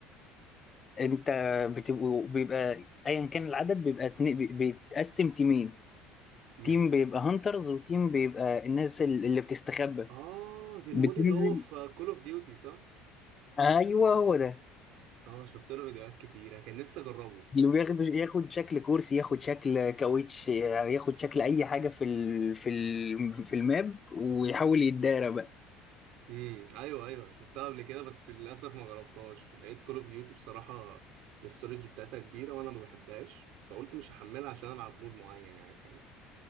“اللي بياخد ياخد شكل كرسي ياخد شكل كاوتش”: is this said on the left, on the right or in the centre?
Left